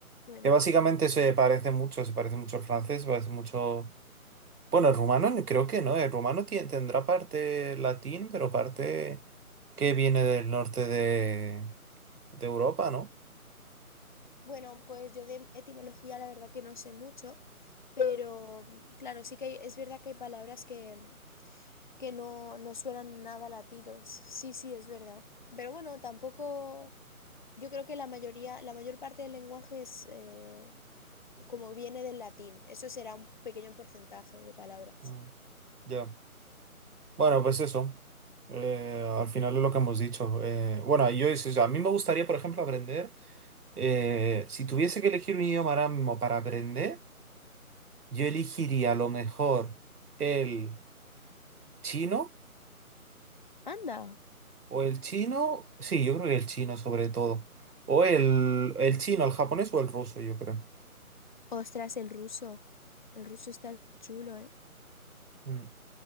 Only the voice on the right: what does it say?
Que básicamente se parece mucho, se parece mucho al francés, se parece mucho... Bueno, el rumano ni- creo que no. El rumano tie- tendrá parte latín, pero parte que viene del norte de, de Europa, ¿no?
Mm, ya. Bueno, pues eso. Eh, al final es lo que hemos dicho. Eh, bueno, yo es eso. A mí me gustaría, por ejemplo, aprender. eh, si tuviese que elegir un idioma ahora mismo para aprender, yo elegiría a lo mejor el chino
o el chino. Sí, yo creo que el chino sobre todo. O el, el chino, el japonés o el ruso, yo creo.
Mm,